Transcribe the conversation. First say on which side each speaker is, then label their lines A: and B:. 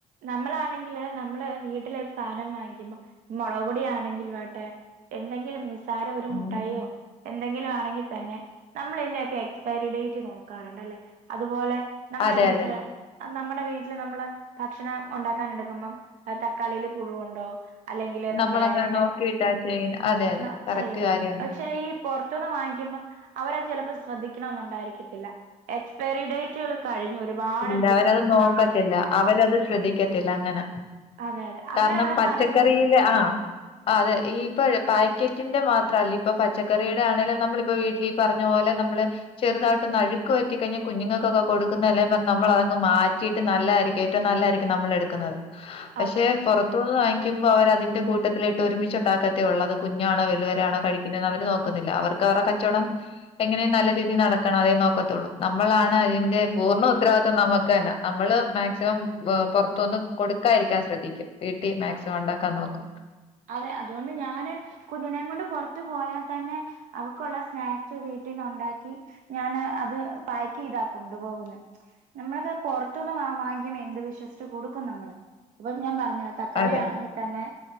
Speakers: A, on the right; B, on the left.
A: നമ്മളാണെങ്കില് നമ്മള് വീട്ടിലൊരു സാധനം വാങ്ങിക്കുമ്പോ മുളക് പൊടാണെങ്കിൽ വട്ടെ എന്നെങ്കിലും നിസ്സാര ഒരു
B: ഉം.
A: മുട്ടായിയോ. എന്തെങ്കിലും ആണെങ്കി തന്നെ നമ്മൾ ഈന്റൊക്കെ എക്സ്പയറി ഡേറ്റ് നോക്കാറുണ്ട്ല്ലേ അതുപോലെ നമ്മളെ
B: അതെ
A: വീട്ടില്
B: അതെ
A: നമ്മടെ വീട്ടില് നമ്മള്. ഭക്ഷണം ഒണ്ടാക്കാനെടുക്കുമ്പം തക്കാളിയില് പുഴുവുണ്ടോ. അല്ലെങ്കില്
B: നമ്മളങ്ങനെ
A: നമ്മടെ വെണ്ട
B: നോക്കിയിട്ടാ ചെയ്യുന്നെ അതെ അതെ
A: ന്ന
B: കറക്റ്റ്
A: ചെയ്യുന്നെ
B: കാര്യാണ്
A: പക്ഷെ ഈ പൊറത്ത്ന്ന് വാങ്ങിക്കുമ്പം അവരത് ചെലപ്പോ ശ്രദ്ധിക്കണന്നു ണ്ടായിരിക്കത്തില്ല. എക്സ്പയറി ഡേറ്റുകള് കഴിഞ്ഞ് ഒരുപാട്
B: ഇല്ല
A: ദിവസങ്ങളായ.
B: അവരത് നോക്കത്തില്ല അവരത് ശ്രദ്ധിക്കത്തില്ല അങ്ങനെ.
A: അതെ അതെ അങ്ങനെയുള്ള
B: കാരണം പച്ചക്കറിയില്
A: സാധനങ്ങളൊക്കെ
B: ആ ആഹ്. അതെ ഈപ്പം പാക്കറ്റിന്റെ മാത്രല്ല ഇപ്പൊ പച്ചക്കറിടെ ആണേലും നമ്മളിപ്പോ വീട്ടിലി പറഞ്ഞ പോലെ നമ്മള് ചെറുതായിട്ടൊന്ന് അഴുക്ക് പറ്റി കഴിഞ്ഞാ കുഞ്ഞുങ്ങക്കൊക്കെ കൊടുക്കുന്ന എല്ലാം പ നമ്മളതങ്ങ് മാറ്റിയിട്ട് നല്ലായിരിക്കും ഏറ്റവും നല്ലായിരിക്കും നമ്മൾ എടുക്കുന്നത്. പക്ഷെ
A: അതെ
B: പൊറ ത്തൂന്ന് വാങ്ങിക്കുമ്പോ അവരതിന്റെ കൂട്ടത്തിലിട്ട് ഒരുമിചു ണ്ടാക്കത്തേള്ളൂ. അത് കുഞ്ഞാണോ വലുവരാണോ കഴിക്കുന്നത് അവര് നോ ത്തില്ല. അവർക്ക് അവരുടെ കച്ചവടം
A: അതെ
B: എങ്ങനെയും നല്ല രീതിൽ നടക്കണം. അതേ നോക്കത്തുള്ളൂ നമ്മളാണ്
A: അതെ
B: അതിൻ്റെ പൂർണ്ണ ഉത്തരവാദിത്വം നമക്ക് തന്നാ. നമ്മള് മാക്സിമം പൊറത്തൂന്ന് കൊടുക്കാതിരിക്കാൻ ശ്രദ്ധക്ക. വീട്ടി മാക്സിമം
A: അതെ
B: ഉണ്ടാക്കാൻ നോക്ക്.
A: അതെ. അതോണ്ട് ഞാന്. കുഞ്ഞിനേം കൊണ്ട് പൊറത്തു പോയാതന്നെ അവക്കുള്ള സ്നാക്സ് വീട്ടിന്നുണ്ടാക്കി ഞാന് അത് പായ്ക്കെയ്താ കൊണ്ടുപോകുന്നെ. നമ്മളൊക്കെ പൊറത്തൂന്ന് വാങ്ങിക്കുമ്പോ എന്ത് വിശ്വസിച്ച് കൊടുക്കും നമ്മള്. പ്പൊ ഞാൻ പറഞ്ഞര. തക്കാളിയാണെങ്കി
B: അതെ
A: തന്നെ.